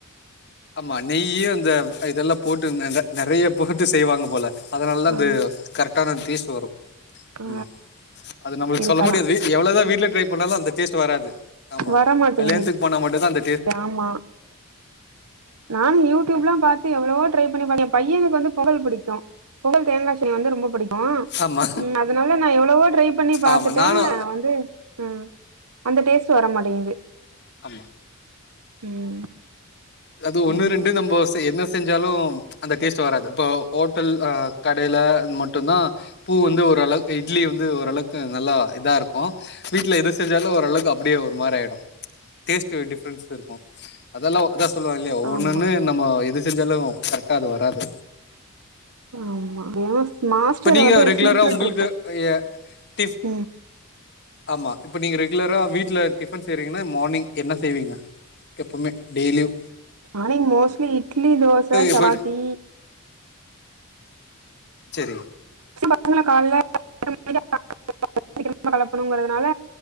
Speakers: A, on the left; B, on the right.
A: ஆமா நெய்யும் அந்த இதெல்லா போட்டு அ நறைய போட்டு செய்வாங்க போல அதனால்தா
B: ஆ
A: அந்த கரெக்டான டேஸ்ட் வரும்
B: ஆ
A: ஆமா அது நம்மளுக்கு
B: இருக்கலா
A: சொல்ல முடியாது எவ்வளோதா வீட்ல ட்ரை பண்ணாலு அந்த டேஸ்ட் வராது ஆமா
B: வரமாட்டேங்குது
A: கல்யணத்துக்கு போன மட்டுதா அந்
B: ஆமா நானு யூடியூப்ல்லாம் பாத்து எவ்ளவோ ட்ரை பண்ணிப்பாக்கன் ய பையனுக்கு வந்து பொங்கல் பிடிக்கும் பொங்கல் தேங்க்காசட்னி வந்து ரொம் புடிக் ஆ
A: ஆமா
B: ம் அதனால நா எவ்ளவோ ட்ரை பண்ணி பாத்துட்டேன்
A: ஆமா நானு
B: வந்து அ அந்த டேஸ்ட்டு வரமாடேங்குது
A: ஆமா
B: ம்
A: அது
B: சரி
A: ஒன்னு ரெண்டு
B: சரி
A: நம்போ செய் என்ன செஞ்சாலும் அந்த டேஸ்ட்டு வராது இப்போ ஓட்டல் அ கடையில மட்டும் தா பூ வந்து ஒரு அளவுக்கு இட்லி வந்து ஓரளவுக்கு நல்லா இதாருக்கும் வீட்ல எது செஞ்சாலு ஓரளவுக்கு அப்டியே ஒரு மார்ராயிடும் டேஸ்ட்டு டிஃப்ரென்ஸ் இருக்கும் அதெல்லா அதா சொல்லுவாங்க இல்லயே ஒண்ணுன்னு
B: ஆமா
A: நம்ம எது செஞ்சாலு கரெக்டா அது வராது
B: ஆமா ஏனா மாஸ்டர்
A: இப்ப நீங்க
B: வந்து
A: ரெகுலரா
B: சீக்ரெட்ருக்கு
A: உங்களுக்கு எ டிஃப்
B: உம்
A: ஆமா இப்ப நீங்க ரெகுலரா வீட்ல டிஃபன் செய்றீங்கன்னா மார்னிங் என்ன செய்வீங்க எப்பமே டெய்லியு
B: மார்னிங் மோஸ்ட்லி இட்லி தோச சப்பாத்தி
A: எப்ப செரி
B: பசங்கள கால்ல <inaudible> கெளப்பணுங்கிறதுனால